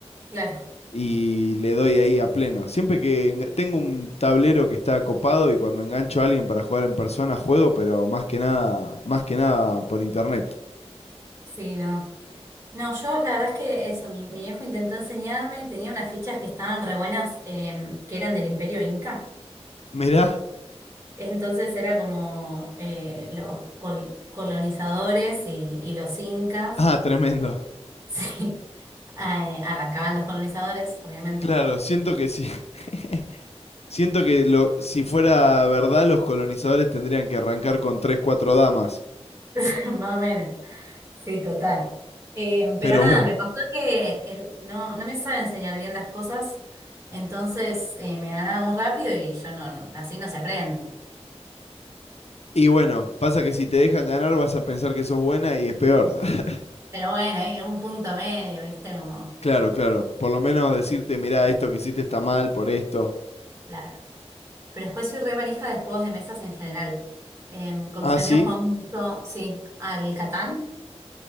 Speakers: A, on the right; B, on the left.
A: Claro,
B: y le doy ahí a pleno. Siempre que enga- tengo un tablero que está copado y cuando engancho a alguien para jugar en persona juego, pero más que nada, más que nada por internet.
A: sí, no. No, yo la verdad es que eso, mi, mi viejo intentó enseñarme, tenía unas fichas que estaban re buenas, em, que eran del Imperio Inca.
B: Mirá,
A: Entonces era como eh, los col- colonizadores y, y los incas,
B: ah, tremendo.
A: <laughs> sí, Eh, arrancaban los colonizadores, obviamente,
B: Claro, siento que sí. <laughs> Siento que lo, si fuera verdad, los colonizadores tendrían que arrancar con tres, cuatro damas.
A: <laughs> más o menos, sí, total. Eh,
B: Pero
A: pero nada,
B: bueno.
A: me pasó que el- no, no me sabe enseñar bien las cosas, entonces eh, me ganaba muy rápido y yo no, no- así no se aprende.
B: Y bueno, pasa que si te dejan ganar vas a pensar que sos buena y es peor. <laughs>
A: Pero bueno, hay un punto medio, ¿viste? Como,
B: Claro, claro. Por lo menos decirte, mirá, esto que hiciste está mal por esto.
A: claro. Pero después soy re manija de juegos de mesas en general. Em, con
B: Ah,
A: mis amigos
B: sí.
A: jugamos mucho, sí, al Catán.